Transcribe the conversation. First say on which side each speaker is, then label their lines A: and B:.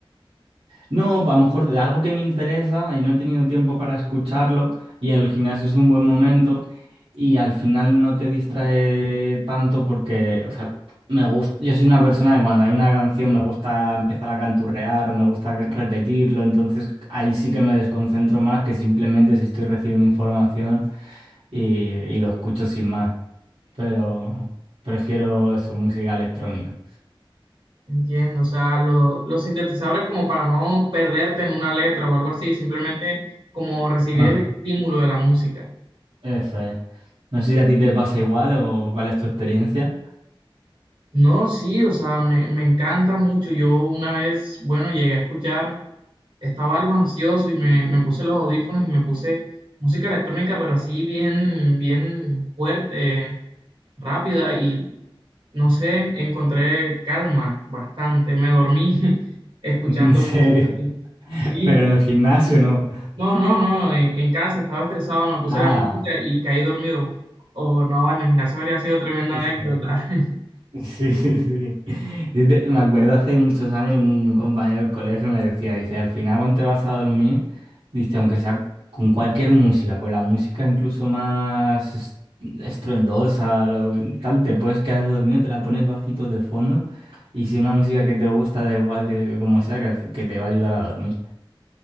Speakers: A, on the right (about 80°); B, on the right (about 55°).
A: No, a lo mejor de algo que me interesa y no he tenido tiempo para escucharlo y el gimnasio es un buen momento y al final no te distrae tanto porque, o sea, me gusta, yo soy una persona que cuando hay una canción me gusta empezar a canturrear o me gusta repetirlo, entonces ahí sí que me desconcentro más que simplemente si estoy recibiendo información y, y lo escucho sin más. pero prefiero eso, música electrónica.
B: Entiendo, o sea, lo- los sintetizadores como para no perderte en una letra o algo así, simplemente como recibir
A: Ajá,
B: el estímulo de la música.
A: eso es. No sé si a ti te pasa igual o cuál es tu experiencia.
B: No, sí, o sea, me, me encanta mucho. Yo una vez, bueno, llegué a escuchar, estaba algo ansioso y me, me puse los audífonos y me puse música electrónica, pero así bien, bien fuerte, rápida y no sé, encontré calma bastante. Me dormí <laughs> escuchando
A: <laughs> En serio.
B: música. así. Sí,
A: Pero en el gimnasio no.
B: no, no, no, en, en casa estaba estresado, me puse
A: Ah.
B: la música y caí dormido. O no, en el gimnasio habría sido tremenda
A: vale.
B: anécdota. <laughs>
A: <laughs> Sí, sí. sí. Yo te- Me acuerdo hace muchos años un compañero del colegio me decía, dice, al final cuando te vas a dormir, dice, aunque sea con cualquier música, con la música incluso más es- estruendosa, lo- tal, te puedes quedar dormido, te la pones bajito de fondo y si una música que te gusta, da igual que como sea, que, que te va a ayudar a dormir.